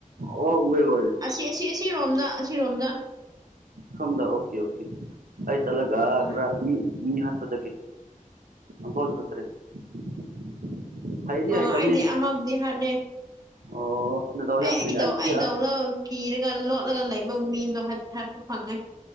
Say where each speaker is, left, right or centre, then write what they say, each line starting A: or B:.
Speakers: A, on the right; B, on the right.
A: ꯑꯣ ꯎꯋꯦ ꯑꯣꯏ
B: ꯑꯁꯤ ꯑꯁꯤ ꯑꯁꯤꯔꯣꯝꯗꯥ ꯑꯁꯤꯔꯣꯝꯗꯥ
A: ꯁꯣꯝꯗꯥ ꯑꯣꯀꯦ ꯑꯣꯀꯦ ꯑꯩ ꯆꯠꯂꯒꯥ
B: ꯎꯝ
A: ꯈ꯭ꯔꯥ ꯃꯤ ꯃꯤ ꯍꯥꯠꯄ ꯆꯠꯀꯦ <unintelligible> ꯍꯥꯏꯗꯤ
B: ꯑꯣ
A: ꯍꯩꯇꯝꯅꯤ
B: ꯑꯩꯗꯤ ꯑꯃꯕꯨꯗꯤ ꯍꯥꯠꯂꯦ
A: ꯑꯣ ꯅꯗꯥꯎ
B: ꯑꯩ
A: ꯌꯥꯝ ꯐꯩꯅꯦ
B: ꯑꯩꯗꯧ
A: ꯑꯩꯒꯤꯗꯤ
B: ꯑꯩꯗꯧꯅ ꯀꯤꯔꯒꯥ ꯂꯣꯠꯂꯒꯥ ꯂꯩꯕ ꯃꯤꯗꯣ ꯍꯥꯠ ꯍꯥꯠꯄ ꯐꯪꯉꯦ